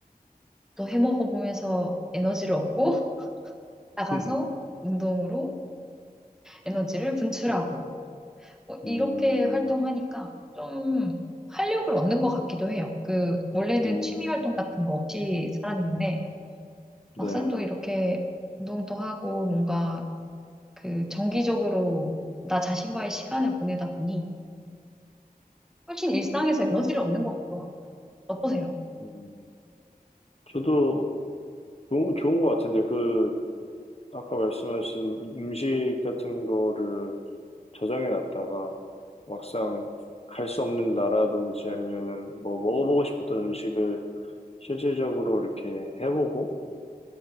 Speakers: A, in the centre; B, on the left.
A: 또 해먹어보면서 에너지를 얻고, <laughs> 나가서
B: <laughs>
A: 운동으로 에너지를 분출하고,
B: 또,
A: 뭐 이렇게
B: 음,
A: 활동하니까 좀 활력을 얻는 것 같기도 해요. 그, 원래는
B: 음,
A: 취미 활동 같은 거 없이 살았는데, 막상
B: 네.
A: 또 이렇게 운동도 하고 뭔가 그 정기적으로 나 자신과의 시간을 보내다 보니 훨씬 일상에서 에너지를 얻는 것 같더라고요. 어떠세요?
B: 음, 저도 좋은, 좋은 것 같은데, 그, 아까 말씀하신 음식 같은 거를 저장해 놨다가 막상 갈 수 없는 나라든지 아니면은 뭐 먹어보고 싶었던 음식을 실질적으로 이렇게 해보고